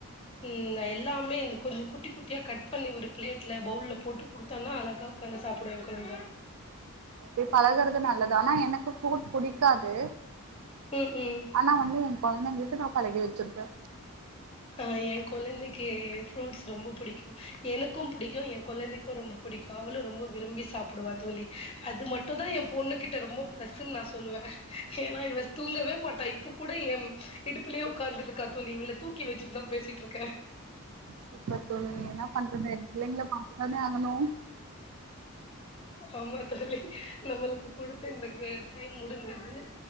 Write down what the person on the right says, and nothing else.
எ பழகுறது நல்லதுா ஆனா எனக்கு ஃப்ரூட் புடிக்காது
ஆனா வந்து என் குழந்தைகளுக்கு நா பழகி வச்சுருப்பே
சூப்பர்
தோழி
சூப்பர் தோழி என்ன பண்றது பிள்ளைங்க பாத்துதானே ஆகணு